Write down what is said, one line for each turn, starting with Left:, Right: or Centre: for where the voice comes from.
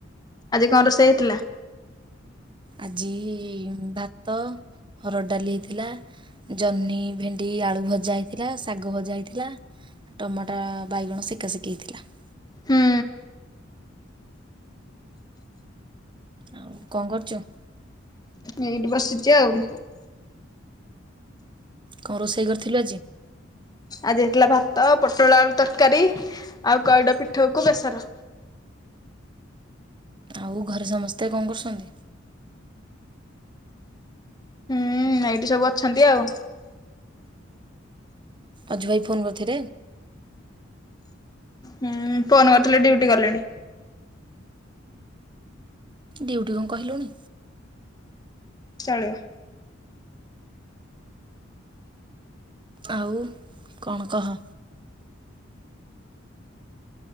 Left: ଆଜି କଂ ରୋସେଇ ହେଇଥିଲା?
Right: ଆଜି ଭାତ ହରଡ଼ ଡାଲି ହେଇଥିଲା ଜହ୍ନି ଭେଣ୍ଡି ଆଳୁ ଭଜା ହେଇଥିଲା ଶାଗ ଭଜା ହେଇଥିଲା ଟମାଟା ବାଇଗଣ ସେକାା ସେେକି ହେଇଥିଲା ।
Left: ହୁଁ
Right: ଆଉ କଣ କରୁଛ ।
Left: ଏଇଠି ବସିଛି ଆଉ।
Right: କଣ ରୋଷେଇ କରିଥିଲୁ ଆଜି?
Left: ଆଜିାଇଥିଲା ଭାତ ପୋଟଳ ଆ ତରକାରୀ ଆଉ କଡା ପିଠୁଉ କୁ ବେସର।
Right: ଆଉ ଘରେ ସମସ୍ତେ କଣ କରୁଛନ୍ତି?
Left: ହୁଁ ଏଇଠି ସବୁ ଅଛନ୍ତି ଆଉ।
Right: ଅଜୁ ଭାଇ ଫୋନ୍ କରିଥିଲେ?
Left: ହୁଁ ଫୋନ କରିଥିଲ ଡ୍ୟୁଟି ଗଲେଣି।
Right: ଡିଉଟି କଣ କହିଲୁଣି?
Left: ଚଳିଵ।
Right: ଆଉ କଣ କହ?